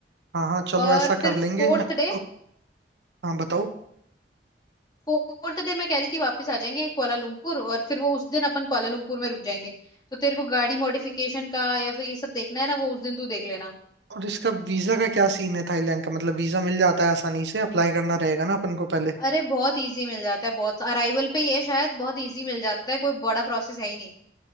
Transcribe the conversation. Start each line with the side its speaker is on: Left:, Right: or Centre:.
Right: हाँ हाँ चलो
Left: और
Right: ऐसा
Left: फिर
Right: कर लेंगे
Left: फोर्थ डे
Right: अ- हाँ बताओ
Left: हम्म फोर्थ डे मैं कह रही थी वापस आ जाएंगे कुआलालंपुर और फिर वो उस दिन अपन कुआलालंपुर में रुक जाएंगे तो तेरे को गाड़ी मॉडिफिकेशन का या फिर ये सब देखना है ना वो उस दिन तू देख लेना
Right: और इसका वीजा का क्या सीन है थाईलैंड का मतलब वीजा मिल जाता है आसानी से अप्लाई करना रहेगा ना अपन को पहले
Left: अरे बहुत इजी मिल जाता है बहुत अराइवल पे ही है शायद बहुत इजी मिल जाता है कोई बड़ा प्रोसेस है ही नहीं